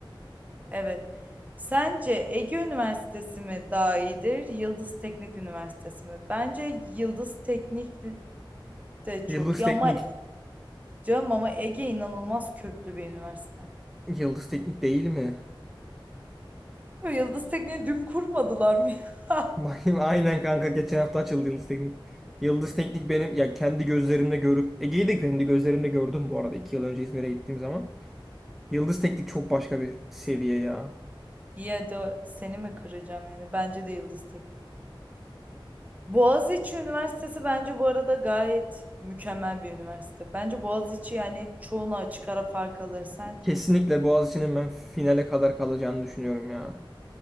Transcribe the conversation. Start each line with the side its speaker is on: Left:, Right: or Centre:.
Right: Evet. Sence Ege Üniversitesi mi daha iyidir? Yıldız Teknik Üniversitesi mi? Bence Yıldız Teknik de
Centre: Yıldız
Right: çok iyi
Centre: Teknik.
Right: ama canım ama Ege inanılmaz köklü bir üniversite.
Centre: Yıldız Teknik değil mi?
Right: Bu Yıldız Teknik'i dün kurmadılar mı? Ya
Centre: Bakayım
Right: <laughs>
Centre: aynen kanka geçen hafta açıldı Yıldız Teknik. Yıldız Teknik benim ya kendi gözlerimle görüp Ege'yi de kendi gözlerimle gördüm bu arada iki yıl önce İzmir'e gittiğim zaman. Yıldız Teknik çok başka bir seviye ya.
Right: Ya da seni mi kıracağım yani? Bence de Yıldız Teknik. Boğaziçi Üniversitesi bence bu arada gayet mükemmel bir üniversite. Bence Boğaziçi yani çoğuna açık ara fark alır sence.
Centre: Kesinlikle Boğaziçi'nin ben finale kadar kalacağını düşünüyorum ya.